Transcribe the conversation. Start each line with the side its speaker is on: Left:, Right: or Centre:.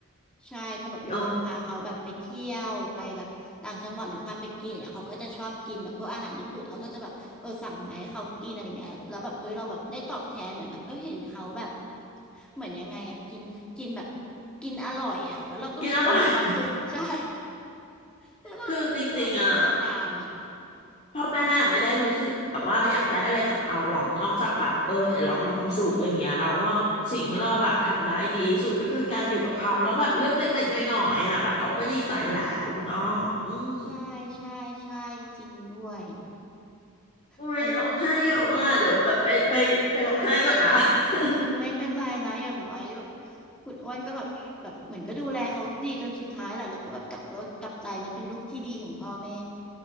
Centre: ใช่ก็แบบเลยแบบพาเขาแบบไปเที่ยวไปแบบต่างจังหวัดหรือพาไปกินเนี่ยเขาก็จะชอบกินแบบพวกอาหารญี่ปุ่นอ้อก็จะแบบเออสั่งมาให้เขากินอะไรเงี้ยแล้วแบบเออเราแบบได้ตอบแทนเหมือนแบบเออเห็นเขาแบบ
Left: เออ
Centre: เหมือนยังไงอะกินกินแบบกินอร่อยอะแล้วเราก็รู้สึกเรามีความสุข
Left: กินอร่อย <laughs>
Centre: <laughs> ใช่แล้วเราแบบมีความรู้สึกตามอ่ะ
Left: คือจริงๆอ่ะ พ่อแม่ไม่ได้รู้สึกแบบว่าอยากได้อะไรจากเราหรอกนอกจากแบบเออเห็นเรามีความสุขอะไรเงี้ยเราว่าสิ่งที่เราแบบทำได้ดีที่สุดก็คือการอยู่กับเขาแล้วแบบเรื่องเล็กๆน้อยๆอ่ะแบบเขาก็ดีใจแล้วคุณอ้ออืม
Centre: ใช่ใช่ใช่จริงด้วย
Left: อุ้ยร้องไห้เยอะอ่ะเดี๋ยวแบบไปไปไปร้องไห้ก่อนนะ
Centre: โอ้ย
Left: <laughs>
Centre: อืมไม่เป็นไรนะอย่างน้อยแบบคุณอ้วนก็แบบแบบเหมือนก็ดูแลเขาดีจนสุดท้ายแหละแล้วก็แบบกลับตัวกลับใจนะเป็นลูกที่ดีของพ่อแม่